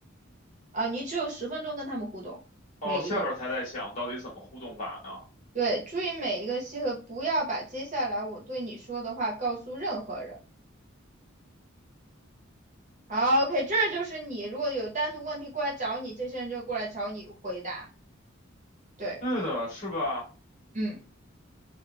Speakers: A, on the right; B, on the left.
A: 啊，你只有十分钟跟他们互动，
B: 哦，
A: 每一个人。
B: 下边儿才在想到底怎么互动法呢？
A: 对，注意每一个西河，不要把接下来我对你说的话告诉任何人。好，OK，这就是你。如果有单独问题过来找你，这些人就过来找你回答。对，
B: 对的，是吧？
A: 嗯，